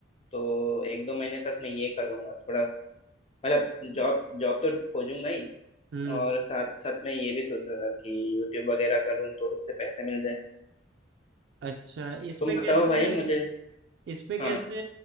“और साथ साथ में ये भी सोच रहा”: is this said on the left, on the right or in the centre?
Left